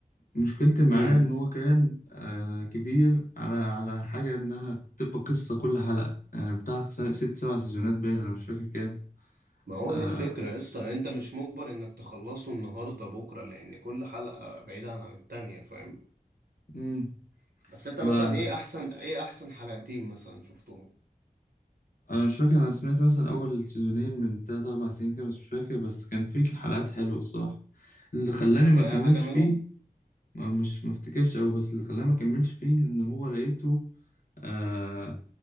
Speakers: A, on the left; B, on the right.
A: مشكلتي معاه
B: مم.
A: إن هو كان آه كبير على على حاجة إنها بتبقى قصة كل حلقة يعني بتاع س- ست سبع سيزونات باين أنا مش فاكر كام
B: ما هو
A: آه
B: دي الفكرة يا اسطى انت مش مجبر انك تخلصه النهاردة بكرة لان كل حلقة بعيدة عن التانية فاهم
A: مم.
B: بس انت مثلا
A: ما
B: ايه احسن ايه احسن حلقتين مثلا شفتهم
A: أنا مش فاكر أنا سمعت مثلا أول سيزونين من تلات أربع سنين كده بس مش فاكر بس كان فيه حلقات حلوة الصراحة اللي خلاني
B: مش فاكر
A: ما أكملش
B: اي حاجة منهم
A: فيه ما مش ما أفتكرش أوي بس اللي خلاني ما أكملش فيه إن هو لقيته آه